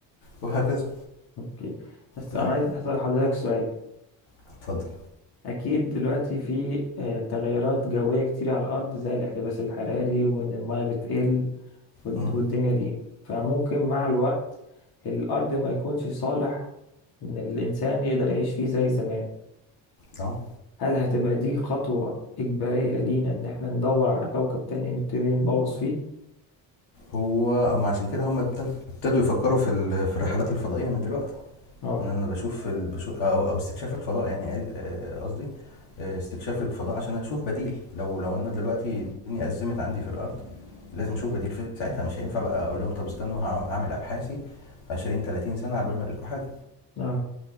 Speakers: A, on the left; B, on the left.
A: وهكذا
B: اوكي بس
A: اه
B: انا عايز اسأل حضرتك سؤال
A: اتفضل
B: اكيد دلوقتي في آه، تغيرات جوية كتير على الارض زي الاحتباس الحراري وان المية بتقل والد-
A: امم
B: والدنيا دي فممكن مع الوقت الارض ما يكونش صالح ان الانسان يقدر يعيش فيه زي زمان
A: اه
B: هل هتبقى دي خطوة اجبارية لينا ان احنا ندور على كوكب تاني نبتدي نبوظ فيه
A: هو هم عشان كده هم ابتدوا ابتدوا يفكروا في ال... في الرحلات الفضائيه من دلوقتي
B: اه
A: ان انا بشوف ال... بشوف او او استكشاف الفضاء يعني عايز- آه، قصدي آه، استكشاف الفضاء عشان اشوف بديل لو لو انا دلوقتي الدنيا ازمت عندي في الارض لازم اشوف بديل في ساعتها مش هينفع بقى اقول لهم طب استنوا هع- هعمل ابحاثي 20 30 سنه على بال ما الاقي لكم حاجه
B: اه